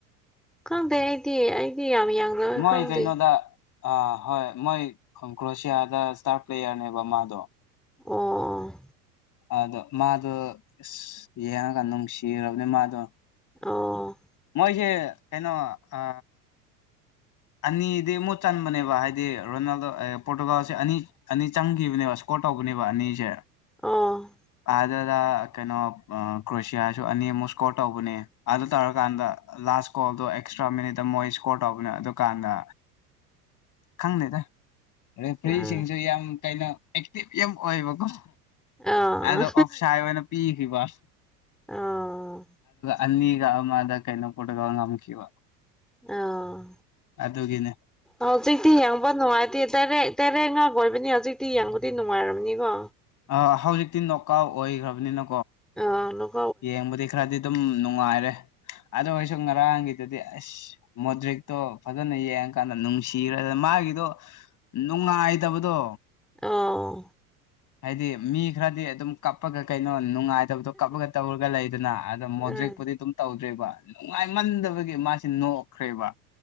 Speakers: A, in the centre; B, on the left.
A: ꯈꯪꯗꯦ ꯑꯩꯗꯤ ꯑꯩꯗꯤ ꯌꯥꯝ ꯌꯥꯡꯕ
B: ꯃꯣꯏ
A: ꯈꯪꯗꯦ
B: ꯀꯩꯅꯣꯗ ꯑꯥ ꯍꯣꯏ ꯃꯣꯏ ꯀ꯭ꯔꯣꯁꯤꯌꯥꯗ ꯏꯁꯇꯥꯔ ꯄ꯭ꯂꯦꯌꯔꯅꯦꯕ ꯃꯥꯗꯣ
A: ꯑꯣ
B: ꯑꯗꯣ ꯃꯥꯗꯣ ꯑꯁ ꯌꯦꯡꯉꯒ ꯅꯨꯡꯁꯤꯔꯕꯅꯦ ꯃꯥꯗꯣ
A: ꯑꯣ
B: ꯃꯣꯏꯖ‌ꯦ ꯀꯩꯅꯣ ꯑ ꯑꯅꯤꯗꯤ ꯃꯨꯠ ꯆꯟꯕꯅꯦꯕ ꯍꯥꯏꯗꯤ ꯔꯣꯅꯥꯜꯗꯣ ꯑꯥꯏ ꯄꯣꯔꯇꯨꯒꯥꯜꯁꯦ ꯑꯅꯤ ꯑꯅꯤ ꯆꯪꯒꯤꯕꯅꯦꯕ ꯁꯥꯄꫭꯠ ꯇꯧꯕꯅꯦꯕ ꯑꯅꯤꯁꯦ
A: ꯑ
B: ꯑꯗꯨꯗ ꯀꯩꯅꯣ ꯀ꯭ꯔꯣꯁꯤꯌꯥꯁꯨ ꯑꯅꯤꯃꯨꯛ ꯁꯀꯣꯔ ꯇꯧꯕꯅꯦ ꯑꯗꯨ ꯇꯧꯔꯀꯥꯟꯗ ꯂꯥꯁ ꯂꯥꯁ ꯀꯣꯜꯗꯣ ꯑꯦꯛꯁꯇ‍꯭ꯔꯥ ꯃꯤꯅꯤꯠꯇ ꯃꯣꯏ ꯁꯀꫭꫪ ꯇꯧꯕꯅꯦ ꯑꯗꯨ ꯗꯨꯀꯥꯟꯗ ꯈꯪꯗꯦꯗ ꫪ‌ꯦꯐꯤꯔꯁꯤꯡꯁꯨ
A: ꯎꯝ
B: ꯌꯥꯝ ꯀꯩꯅ ꯑꯦꯛꯇꯤꯚ ꯌꯥꯝ ꯑꯣꯏꯕꯀꯣ
A: ꯑꯥ
B: ꯑꯗꯣ ꯑꯣꯞꯁꯥꯏ ꯑꯣꯏꯅ ꯄꯤꯒꯤꯕ
A: ꯑꯥ
B: ꯑꯅꯤꯒ ꯑꯃꯥꯗ ꯀꯩꯏꯅꫭ ꯄꫭꯇꯨꯒꯟꯅ ꯉꯝꯈꯤꯕ
A: ꯑꯥꯎ
B: ꯑꯗꯨꯒꯤꯅꯤ
A: ꯍꯧꯖꯤꯛꯇꯤ ꯌꯦꯡꯕ ꯅꯨꯡꯉꯥꯏꯇꯦ ꯇꯔꯦ ꯇꯔꯦ ꯉꯥꯛ ꯑꯣꯏꯕꯅꯤ ꯍꯧꯖꯤꯛꯇꯤ ꯌꯦꯡꯕꯗꯤ ꯅꯨꯡꯉꯥꯏꯔꯝꯅꯤꯀꯣ
B: ꯑ ꯍꯧꯖꯤꯛꯇꯤ ꯅꯣꯀꯥꯎ ꯑꯣꯏꯈ꯭ꯔꯕꯅꯤꯅ
A: ꯑ
B: ꯌꯦꯡꯕꯗꯤ ꯈꯔꯗꯤ ꯑꯗꯨꯝ ꯅꯨꯡꯉꯥꯏꯔꯦ ꯑꯗꯣ ꯑꯩꯣꯏꯁꯨ ꯉꯔꯥꯡꯒꯤ ꯑꯗꯨꯗꯤ ꯑꯁ ꯃꯣꯗ꯭ꯔꯤꯛꯇꯣ ꯐꯖꯅ ꯌꯦꯡꯉꯀꯥꯟꯗ ꯅꯨꯡꯁꯤꯈ꯭ꯔꯦ ꯃꯥꯒꯤꯗꯣ ꯅꯨꯡꯉꯥꯏꯇꯕꯗꯣ
A: ꯑꯣ
B: ꯍꯥꯏꯗꯤ ꯃꯤ ꯈꯔꯗꯤ ꯑꯗꯨꯝ ꯀꯞꯄꯒ ꯀꯩꯅꯣ ꯅꯨꯡꯉꯥꯏꯇꯕꯗꯣ ꯀꯞꯄꯒ ꯇꯧꯔꯒ ꯂꯩꯗꯅ ꯑ ꯃꯣꯗ꯭ꯔꯤꯛꯄꯨꯗꯤ
A: ꯎꯝ
B: ꯑꯗꯨꯝ ꯇꯧ ꯭ꯔꯦꯕ ꯅꯨꯡꯉꯥꯏꯃꯟꯗꯕꯒꯤ ꯃꯥꯁꯤꯦ ꯅꯣꯛꯈ꯭ꯔꯦꯕ